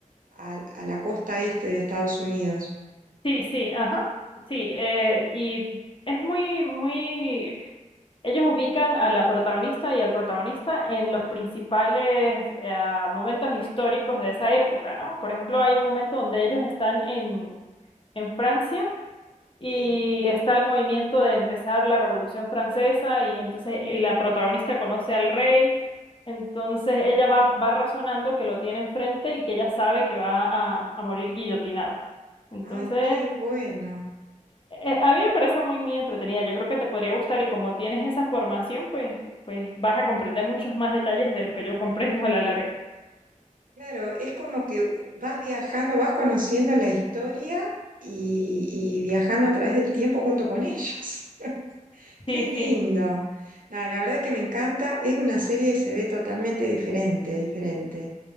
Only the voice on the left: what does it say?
Sí, sí, ajá, sí, eh, y es muy, muy Ellos ubican a la protagonista y al protagonista en los principales eh, momentos históricos de esa época, ¿no? Por ejemplo, hay
un momento donde ellos están en, en Francia y
está el movimiento de empezar la Revolución Francesa y entonces la protagonista conoce al rey, entonces ella va, va razonando que lo tiene enfrente y que ella sabe que va a, a morir guillotinado. Entonces
eh, a mí me parece muy, muy entretenida. Yo creo que te podría gustar y como tienes esa formación, pues, pues vas a comprender muchos más detalles de los que yo comprendo a la larga.
Sí,
sí,